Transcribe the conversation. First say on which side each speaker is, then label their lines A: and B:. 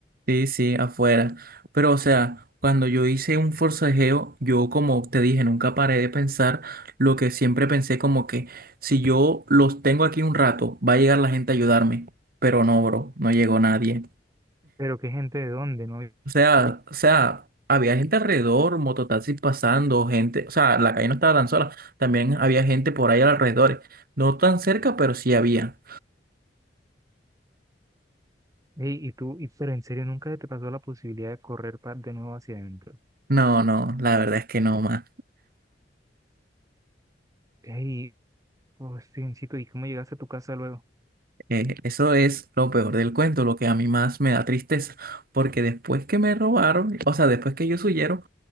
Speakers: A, on the right; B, on the right.
A: Sí, sí, afuera. Pero o sea, cuando yo hice un forcejeo, yo como te dije, nunca paré de pensar lo que siempre pensé como que si yo los tengo aquí un rato, va a llegar la gente a ayudarme. Pero no, bro, no llegó nadie.
B: pero qué gente de dónde, ¿no?
A: O sea, o sea, había gente alrededor, mototaxis pasando, gente, o sea, la calle no estaba tan sola, también había gente por ahí alrededor. No tan cerca, pero sí había.
B: Ey, y tú, y, pero en serio, nunca te pasó la posibilidad de correr pa- de nuevo hacia adentro.
A: No, no, la verdad es que no, más.
B: Ey, oh, Stevencito, ¿y cómo llegaste a tu casa luego?
A: Eh, eso es lo peor del cuento, lo que a mí más me da tristeza, porque después que me robaron, o sea, después que ellos huyeron,